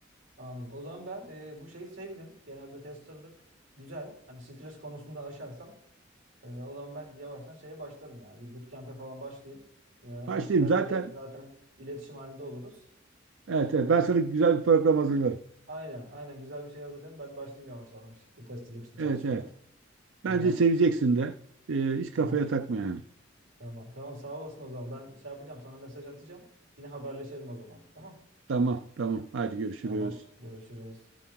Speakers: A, on the right; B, on the right.
A: Anladım. O zaman ben e, bu şeyi sevdim. Genelde testerlık güzel. Hani stres konusunda aşarsam e, o zaman ben yavaştan şeye başlarım yani. Bir bootcamp'e falan başlayayım. E, hani
B: Başlayayım
A: senle
B: zaten.
A: de zaten iletişim halinde oluruz.
B: Evet,
A: Ve e,
B: evet. Ben sana güzel bir program hazırlarım.
A: aynen aynen güzel bir şey hazırlayın. Ben başlayayım yavaş yavaş bu testerlık için çalışmaya.
B: Evet, evet. Bence
A: Tamam.
B: seveceksin de. Ee, hiç kafaya
A: Aha,
B: takma yani.
A: tamam. Tamam sağ olasın o zaman. Ben şey yapacağım sana mesaj atacağım. Yine haberleşelim o zaman. Tamam.
B: Tamam, tamam. Haydi görüşürüz.
A: Tamam. Görüşürüz.